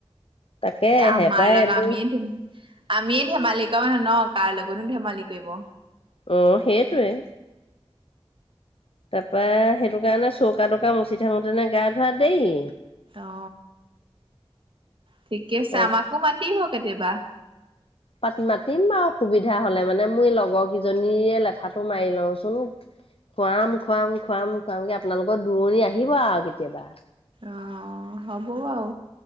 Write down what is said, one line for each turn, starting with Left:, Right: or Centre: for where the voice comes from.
Left: তাকে
Right: তে আমাৰ
Left: হেপাই
Right: লগ
Left: এইবোৰ
Right: আমিয়ে আমিয়ে ধেমালি কৰ ন কাৰ লগত নো ধেমালি কৰিব
Left: অ সেইটোৱে তাপা সেইটো কাৰণে চৌকা তৌকা মচি থাকোতেনে গা ধুৱা দে ই
Right: অ ঠিকে
Left: তাৰপৰা
Right: আছে আমাকো মাতিব কেতিয়াবা
Left: পাতি মাতিম বাৰু সুবিধা হলে মানে মোৰ লগৰ কেইজনীয়ে লেঠাটো মাৰি লওঁচোন খুৱাম খুৱাম খুৱাম খুৱামকে আপোনালোকৰ দূৰণি আহিব আৰু কেতিয়াবা
Right: অ হব বাও